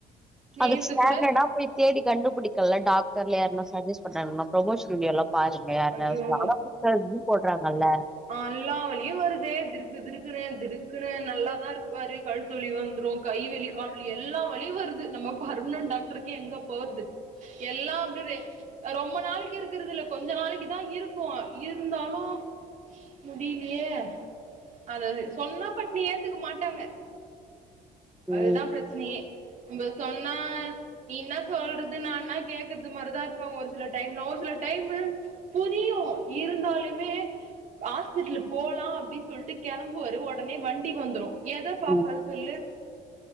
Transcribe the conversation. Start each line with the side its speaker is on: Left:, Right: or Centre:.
Right: நேத்து
Centre: அதுக் ஸடாண்டர்டா
Right: கூட
Centre: போய் தேடி கண்டுபிடிக்கல்ல டாக்டர்ல் யார்னா சஜஸ்ட் பண்றாங்னா ப்ரமோஷ்னல் வீடியோல்லா பாரு ஆ யார்னா
Right: ஐயோ
Centre: <inaudible> இது போடுறாங்கல்ல
Right: அல்லா வலியு வருது திடுக்கு திடுக்குனு திடுக்குனு நல்லாதா இருப்பாரு கழுத்துவலி வந்துரு கைவலி கால்வலி எல்லா வலி வருது நம்ம பர்மனன்ட் டாக்டருக்கு எங்க போற்து எல்லா அப்டி ரெ ரொம்ப நாளைக்கு இருக்குறதில்ல கொஞ்ச நாளைக்கு தா இருக்கூ இருந்தாலு முடிலியே அதது சொன்னா பட்னு ஏத்துக்க மாட்டாங்க அதுதா
Centre: ம்
Right: ப்ரச்சினையே நம்ப சொன்னா நீ என்ன சொல்றது நா என்ன கேக்கற்து மார்தா இருப்பாங்க ஒரு சில டைம்லா ஒரு சில டைமு புரியு இருந்தாலுமே ஹாஸ்பிட்லுக் போலா அப்டின் சொல்ட்டு கெளம்புவாரு ஒடனே வண்டி வந்துரு எத பாப்பாரு
Centre: ம்
Right: சொல்லு